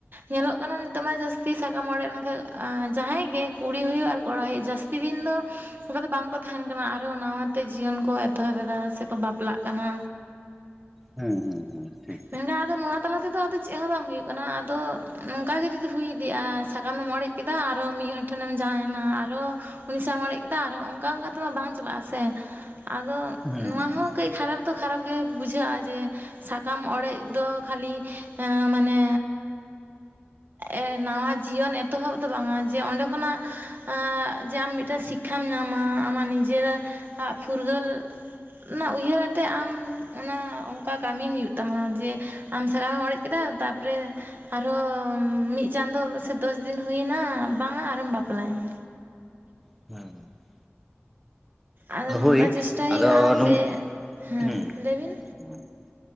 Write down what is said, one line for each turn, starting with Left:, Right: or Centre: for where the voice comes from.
Right: ᱧᱮᱞᱚᱜ ᱠᱟᱱᱟ ᱱᱤᱛᱚᱜ ᱢᱟ ᱡᱟᱹᱥᱛᱤ ᱥᱟᱠᱟᱢ ᱚᱲᱮᱡ ᱞᱮᱝᱠᱷᱟᱡ, ᱟᱸ ᱡᱟᱦᱟᱸᱭ ᱜᱮ ᱠᱩᱲᱤ ᱦᱩᱭᱩᱜ ᱟᱨ ᱠᱚᱲᱟ ᱦᱩᱭᱩᱜ ᱡᱟᱹᱥᱛᱤ ᱫᱤᱱᱫᱚ, ᱚᱱᱠᱟ ᱫᱚ ᱵᱟᱝᱠᱚ ᱛᱟᱦᱮᱱ ᱠᱟᱱᱟ ᱟᱨᱚ ᱱᱟᱣᱟᱛᱮ ᱡᱤᱭᱳᱱ ᱠᱚ ᱮᱛᱚᱦᱚᱵ ᱮᱫᱟ ᱥᱮᱠᱚ ᱵᱟᱯᱞᱟᱜ ᱠᱟᱱᱟ᱾
Centre: ᱦᱮᱸ ᱦᱮᱸ ᱦᱮᱸ, ᱴᱷᱤᱠ
Right: ᱢᱮᱱᱜᱟ ᱟᱫᱚ ᱱᱚᱣᱟ ᱛᱟᱞᱟ ᱛᱮᱫᱚ ᱟᱫᱚ ᱪᱮᱜ ᱦᱚᱸ ᱵᱟᱝ ᱦᱩᱭᱩᱜ ᱠᱟᱱᱟ ᱟᱫᱚ ᱱᱚᱝᱠᱟ ᱜᱮ ᱡᱩᱫᱤ ᱦᱩᱭ ᱤᱫᱤᱜᱼᱟ ᱥᱟᱠᱟᱢᱮᱢ ᱚᱬᱮᱡ ᱠᱮᱫᱟ ᱟᱨᱚ ᱢᱤᱜ ᱦᱚᱲ ᱴᱷᱮᱱᱮᱢ ᱡᱟᱶᱟᱭᱮᱱᱟ ᱟᱨᱚ ᱩᱱᱤ ᱥᱟᱹᱣᱮᱢ ᱚᱲᱮᱡ ᱠᱮᱫᱟ ᱟᱨᱦᱚᱸ ᱚᱝᱠᱟ ᱚᱝᱠᱟ ᱛᱮᱢᱟ ᱵᱟᱝ ᱪᱟᱞᱟᱜᱼᱟᱥᱮ᱾ ᱟᱫᱚ
Centre: ᱦᱮᱸ
Right: ᱱᱚᱣᱟ
Centre: ᱦᱮᱸ
Right: ᱦᱚᱸ ᱠᱟᱹᱡ ᱠᱷᱟᱨᱟᱯ ᱫᱚ ᱠᱷᱟᱨᱟᱯ ᱜᱮ ᱵᱩᱡᱷᱟᱹᱜᱼᱟ ᱡᱮ, ᱥᱟᱠᱟᱢ ᱚᱲᱮᱡ ᱫᱚ ᱠᱷᱟᱹᱞᱤ ᱟᱸ ᱮ ᱢᱟᱱᱮ, ᱮ ᱱᱟᱣᱟ ᱡᱤᱭᱳᱱ ᱮᱛᱚᱦᱚᱵ ᱫᱚ ᱵᱟᱝᱟ ᱡᱮ ᱚᱸᱰᱮ ᱠᱷᱚᱱᱟᱜ ᱟᱜᱻ ᱡᱮ ᱟᱢ ᱢᱤᱫᱴᱮᱱ ᱥᱤᱠ ᱠᱷᱟᱢ ᱧᱟᱢᱟ ᱟᱢᱟᱜ ᱱᱤᱡᱮᱨᱜ ᱟᱜ ᱯᱷᱩᱨᱜᱟᱹᱞ᱾ ᱚᱱᱟ ᱩᱭᱦᱟᱹᱨ ᱟᱛᱮᱜ ᱟᱢ ᱚᱱᱟ ᱚᱝᱠᱟ ᱠᱟᱢᱤ ᱦᱩᱭᱩᱜ ᱛᱟᱢᱟ ᱡᱮ, ᱟᱢ ᱥᱟᱠᱟᱢᱮᱢ ᱚᱲᱮᱡ ᱠᱮᱫᱟ ᱛᱟᱯᱚᱨᱮ ᱟᱨᱦᱚᱸ ᱚᱢ ᱢᱤᱫ ᱪᱟᱸᱫᱚ ᱥᱮ ᱫᱚᱥ ᱫᱤᱱ ᱦᱩᱭᱱᱟ ᱵᱟᱝᱟ ᱟᱨᱮᱢ ᱵᱟᱯᱞᱟᱭᱱᱟ᱾
Centre: <unintelligible>
Right: ᱟᱫᱚ ᱱᱚᱝᱠᱟ
Centre: ᱦᱳᱭ
Right: ᱪᱮᱥᱴᱟᱭ
Centre: ᱟᱫᱚ
Right: ᱦᱩᱭᱩᱜᱼᱟ
Centre: ᱱᱚᱝ
Right: ᱡᱮ ᱦᱮᱸ
Centre: ᱦᱩᱸ
Right: ᱞᱟᱹᱭ ᱵᱤᱱ᱾
Centre: <unintelligible>